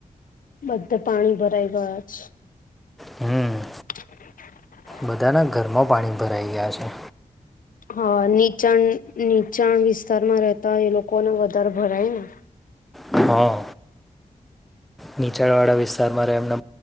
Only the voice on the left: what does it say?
બધા પાણી ભરાઈ ગયા છે.
હ.
હા, નીચાણ નીચાણ વિસ્તારમાં રહેતા, એ લોકોને વધારે ભરાય ને.